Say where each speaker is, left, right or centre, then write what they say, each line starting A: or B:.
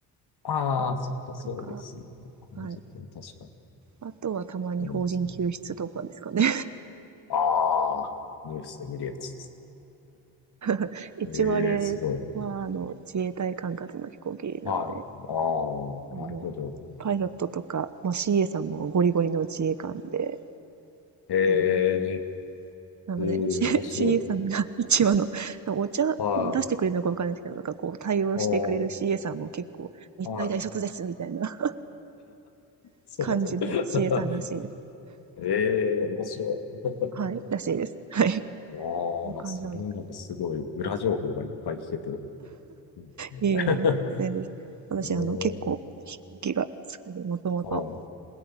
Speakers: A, on the left; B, on the right.
A: あ <laughs> あー、そっか、そうですよね。
B: とか、
A: あの時間確かに
B: はい。あとはたまに邦人救出とかですかね。
A: なりますね。ああ、ニュースで見るやつです
B: <laughs> 一応あれは、
A: ね。ええ、すごい。
B: あの、自衛隊管轄の飛行機なので、
A: はい。ああ、
B: あの、
A: なるほど。
B: パイロットとか、まあ、CA さんもゴリゴリの自衛官で、
A: ええ、
B: 嫌だなんでね。なので、
A: ええ、
B: <laughs> C-
A: 面白い。
B: CA さんが一話の、お茶出してくれるのかわかんないですけど、
A: はい。
B: なんかこう対応してくれる
A: ああ、
B: CA さんも結構、日体大卒ですみたいな
A: はい。
B: <laughs>
A: そうなんですよ。
B: 感じの CA
A: <laughs>
B: さんらしいです。
A: ええ面白い。
B: はい、らしいです。はい。そ
A: わあ、
B: ういう感じなんです。
A: それはなんかすごい裏情報がいっぱい聞けて。うん。
B: いえいえ、
A: <laughs>
B: 全然です。私、
A: うーん。
B: あの、結構飛行機が好きで、もともと
A: あ、